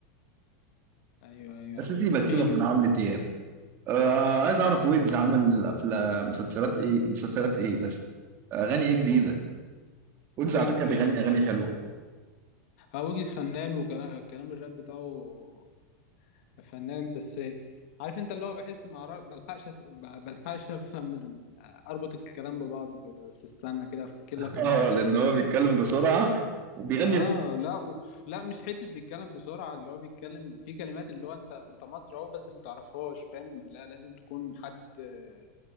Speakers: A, on the left (about 45°); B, on the right (about 25°).
A: ايوه ايوه
B: اساسي بكسبك
A: في ال-
B: من عمرو دياب آه عايز اعرف ويجز عمل افلام مسلسلات ايه مسلسلات ايه بس اغاني ايه جديده ويجز على
A: ويجز
B: فكره بيغني اغاني حلوه
A: اه ويجز فنان وكلام الكلام الراب بتاعه فنان بس إيه، عارف انت اللي هو بحس ما أعرف- بلحقش أس- ب- بلحقش افهم ال- اربط الكلام ببعضه كده بس استنى كده افتكر لك
B: اه
A: انا
B: لان هو بيتكلم بسرعه وبيغني
A: اه لا و... لا مش حته بيتكلم بسرعه اللي هو بيتكلم في كلمات اللي هو انت انت مصري اهو بس ما تعرفهاش فاهم لا لازم تكون حد آه،